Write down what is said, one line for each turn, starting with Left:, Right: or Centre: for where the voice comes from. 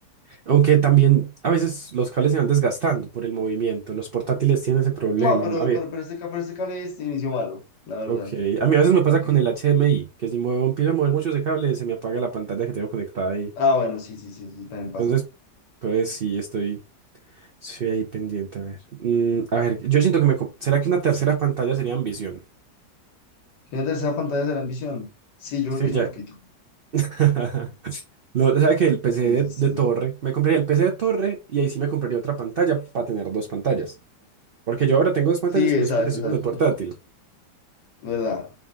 Right: Aunque también a veces los cables se van desgastando por el movimiento. Los portátiles tienen ese problema.
Left: No, pero,
Right: A ver,
Left: pero, pero este, ca- pero este cable es inició malo, la verdad.
Right: ok. A mí a veces me pasa
Left: ¿Para qué?
Right: con el HDMI, que si muevo, empiezo a mover mucho ese cable, se me apaga la pantalla que tengo conectada ahí.
Left: Ah, bueno, sí, sí, sí, sí, también pasa.
Right: Entonces, pues sí, estoy. Sí, ahí pendiente, a ver. Mm, a ver, yo siento que me... co- ¿Será que una tercera pantalla sería ambición?
Left: ¿Tiene tercera pantalla de la ambición? Sí, yo
Right: Sí,
Left: creo que sí,
Right: ya.
Left: un poquito.
Right: <laughs> No, sabe que el PC
Left: Sí,
Right: de,
Left: sí, sí.
Right: de torre, me compraría el PC de torre y ahí sí me compraría otra pantalla para tener dos pantallas. Porque yo ahora tengo dos pantallas,
Left: Sí,
Right: pero
Left: exacto,
Right: es porque estoy
Left: exacto.
Right: con el portátil.
Left: ¿Verdad?